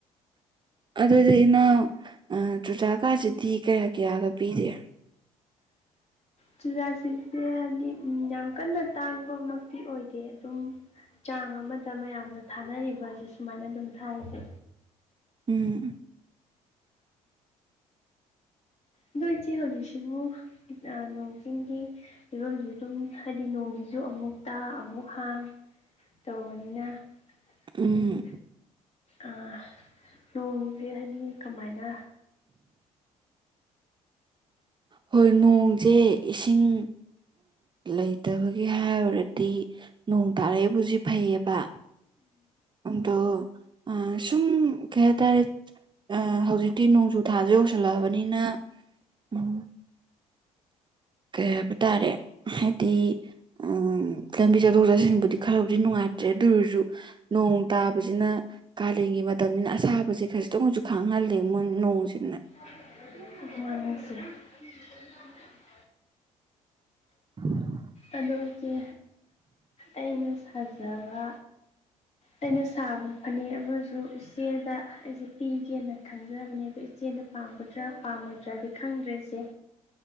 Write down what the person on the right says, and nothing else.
ꯑꯗꯨꯗꯤ ꯅꯪ ꯆꯨꯨꯖꯥꯛ ꯀꯥꯁꯤꯗꯤ ꯀꯌꯥ ꯀꯌꯥꯒ ꯄꯤꯔꯤ
ꯎꯝ
ꯎꯝ
ꯍꯣꯏ ꯅꯣꯡꯁꯦ ꯏꯁꯤꯡ ꯂꯩꯇꯕꯒꯤ ꯍꯥꯏꯔꯨꯔꯗꯤ ꯅꯣꯡ ꯇꯥꯔꯛꯏꯕꯨꯖꯤ ꯐꯩꯌꯦꯕ ꯑꯗꯣ ꯑ ꯁꯨꯝ ꯀ ꯍꯥꯏꯇꯥꯔꯦ ꯍꯧꯖꯤꯛꯇꯤ ꯅꯣꯡꯖꯨ ꯊꯥꯁꯦ ꯌꯧꯁꯤꯜꯂꯛꯑꯕꯅꯤꯅ ꯎꯝ ꯀꯩ ꯍꯥꯏꯕ ꯇꯥꯔꯦ ꯍꯥꯏꯗꯤ ꯎꯝ ꯂꯝꯕꯤ ꯆꯠꯊꯣꯛ ꯆꯠꯁꯤꯟꯕꯨꯗꯤ ꯈꯔꯕꯨꯗꯤ ꯅꯨꯡꯉꯥꯏꯇ꯭ꯔꯦ ꯑꯗꯨ ꯑꯣꯏꯔꯁꯨ ꯅꯣꯡ ꯇꯥꯕꯁꯤꯅ ꯀꯥꯂꯦꯟꯒꯤ ꯃꯇꯝꯅꯤꯅ ꯑꯁꯥꯕꯁꯦ ꯈꯖꯤꯛꯇꯪ ꯑꯣꯏꯔꯁꯨ ꯈꯥꯡꯍꯜꯂꯦ ꯃꯨ ꯅꯣꯡꯁꯤꯅ
<inaudible>
<inaudible>